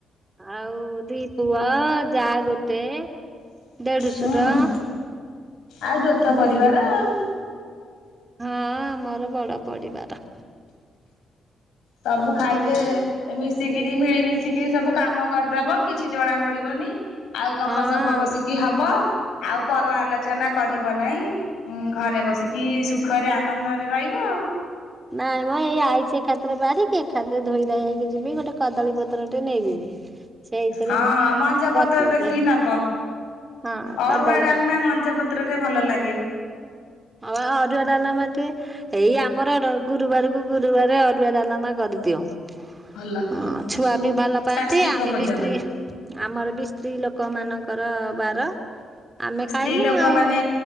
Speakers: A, on the right; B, on the left.
A: ଆଉ ଦି ପୁଅ ଯା ଗୋଟେ ଦେଢଶୁର
B: ହୁଁ ଆଉ ଯୋଥ ପରିବାର। ଆଉ।
A: ହଁ ଆମର ବଡ ପରିବାର।
B: ସବୁ ଖାଇଲେ। ଏ ମିଶିକିରି ମିଳିମିଶିକିରି ସବୁ କାମ କରିଦବ କିଛି ଜଣା ପଡିବନି। ଆଉ ଗପସପ
A: ହଁ
B: ବସିକି ହବ ଆଉ ପର ଆଲୋଚନା କରିବ ନାଇଁ। ଉଁ ଘରେ ବସିକି ସୁଖରେ ଆନନ୍ଦରେ ରହିବ ଆଉ।
A: ନାଇଁମ ଏଇ ଆଇଛି ଏକାଥରେ ବାରିକି ଏକାଥରେ ଧୋଇ ଧାଇ ହେଇକି ଯିବି ଗୋଟେ କଦଳୀ ପତ୍ର ଟେ ନେଇଯିବି। ସେଇଥିରେ
B: ହଁ ମଞ୍ଜ ପତ୍ର
A: ପକେଇଦେ
B: ଦେଖିକି ନବ
A: ହଁ
B: ଅରୁଆ
A: କଦଳୀ
B: ଡାଲମା
A: ପତ୍ର
B: ମଞ୍ଜା ପତ୍ର କ୍ତ୍ରରରେ ଭଲ ଲାଗେ।
A: ହଉ ଅରୁଆଡାଲେମା ଟେ। ଏଇ ଆମର ର ଗୁରୁବାରକୁ ଗୁରୁବାର ଅରୁଆ ଡାଲମା କରିଦିଅଉ। ହଁ
B: ଭଲ।
A: ଛୁଆ
B: ସୁ
A: ବି ଭଲ ପାଆନ୍ତି
B: ସ୍ୱାସ୍ତିକ
A: ଆମେ
B: ଭୋଜନ।
A: ବି ସ୍ତ୍ରୀ ଆମର ବି ସ୍ତ୍ରୀ ଲୋକମାନଙ୍କର ବାର। ଆମେ
B: ସ୍ତ୍ରୀ
A: ଖାଇମୁ
B: ଲୋକ
A: ଆଉ।
B: ମାନେ